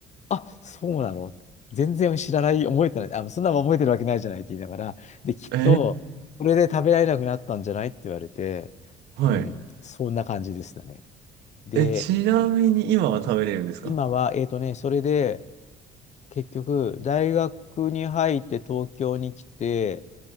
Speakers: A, on the left (about 45°); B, on the right (about 85°).
A: あ、そうなの全然知らない、覚えてない、あ、そんなの覚えてるわけないじゃないって言いながら、で、きっと、
B: え
A: これで食べられなくなったんじゃないって言われて、
B: ー、はい。
A: うん、そんな感じでしたね。で、
B: え、ちなみに今は食べれるんですか
A: うん今は、えっとね、それで、結局、大学に入って東京に来て、